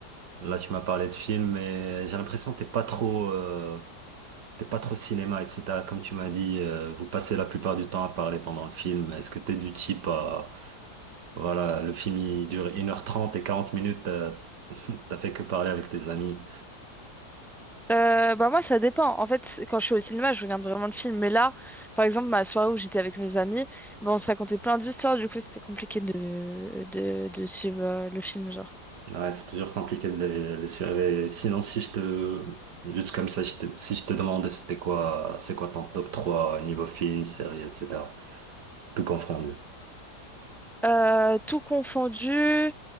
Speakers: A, on the right; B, in the centre.
A: là, tu m'as parlé de films, mais j'ai l'impression que t'es pas trop, euh, t'es pas trop cinéma, etc. Comme tu m'as dit, euh, vous passez la plupart du temps à parler pendant le film. Est-ce que t'es du type à, voilà, le film il dure une heure trente et 40 minutes, t'as <laughs> t'as fait que parler avec tes amis.
B: Euh, bah moi, ça dépend. En fait, quand je suis au cinéma, je regarde vraiment le film. Mais là, par exemple, ma soirée où j'étais avec mes amis, bah, on se racontait plein d'histoires. Du coup, c'était compliqué de, de, de suivre euh, le film, genre.
A: Ouais, c'est toujours compliqué de les, les suivre. Et Sinon, si je te, juste comme ça, je te- si je te demandais c'était quoi, c'est quoi ton top 3 niveau film, série, etc. Tout confondu.
B: Euh, tout confondu,